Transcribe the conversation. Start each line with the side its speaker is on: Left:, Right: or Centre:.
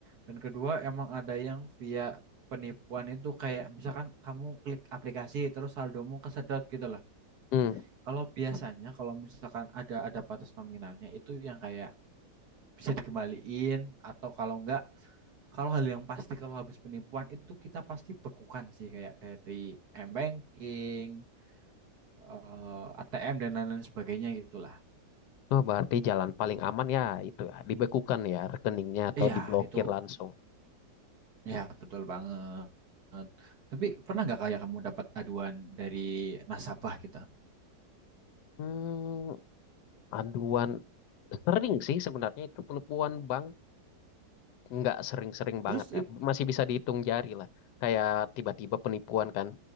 Right: dan kedua emang ada yang via penipuan itu kayak misalkan kamu klik aplikasi terus saldomu kesedot gitu loh.
Left: Hmm.
Right: Kalau biasanya kalau misalkan ada ada batas nominalnya itu yang kayak bisa dikembaliin atau kalau enggak Kalau hal yang pasti kalau habis penipuan itu kita pasti bekukan sih kayak dari m-banking, eh, ATM dan lain-lain sebagainya gitulah.
Left: Oh, berarti jalan paling aman ya itu ya, dibekukan ya rekeningnya atau
Right: Iya,
Left: diblokir
Right: itu
Left: langsung.
Right: ya betul banget. Tapi pernah nggak kayak kamu dapat aduan dari nasabah kita?
Left: Hmm, aduan sering sih sebenarnya itu penipuan bank nggak sering-sering
Right: Terus
Left: banget
Right: it-
Left: ya masih bisa dihitung jari lah kayak tiba-tiba penipuan kan